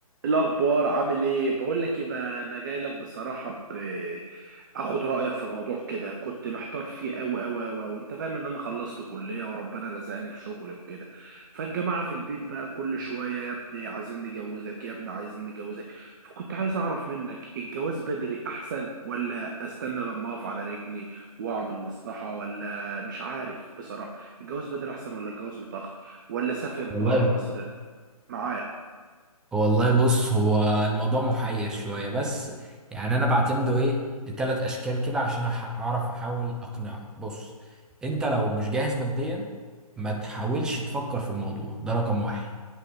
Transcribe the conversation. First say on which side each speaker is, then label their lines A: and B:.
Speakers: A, on the right; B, in the centre.
A: الأخبار عامل إيه؟ بقول لك إيه بقى أنا جاي لك بصراحة ب... آخد رأيك في موضوع كده كنت محتار فيه أوي أوي أوي وأنت فاهم إن أنا خلصت كلية وربنا لزقني في شغل وكده فالجماعة في البيت بقى كل شوية يا ابني عايزين نجوزك يا ابني عايزين نجوزك فكنت عايز أعرف منك الجواز بدري أحسن ولا أستنى لما أقف على رجلي وأعمل مصلحة ولا مش عارف بصراحة الجواز بدري أحسن ولا الجواز متأخر ولا أسافر بره
B: والله
A: مصر معاك
B: والله بص هو الموضوع محير شوية بس يعني أنا بعتمده إيه لتلات أشكال كده عشان أح- أعرف أحاول أقنعك بص أنت لو مش جاهز ماديا ما تحاولش تفكر في الموضوع ده رقم واحد